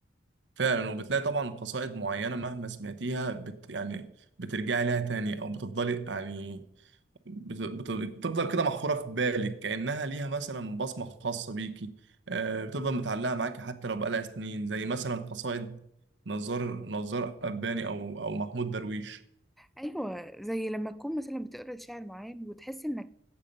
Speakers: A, on the right (about 70°); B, in the centre.
A: فعلا وبتلاقي طبعا قصائد معينة مهما سمعتيها بت يعني بترجعي لها تاني أو بتفضلي يعني بت بت بتفضل كده محفورة في بالك كأنها ليها مثلا بصمة خاصة بيكي آه، بتفضل متعلقة معاكي حتى لو بقالها سنين زي مثلا قصائد نزار نزار قباني أو أو محمود درويش
B: أيوة زي لما تكون مثلا بتقرأ شعر معين وتحس إنك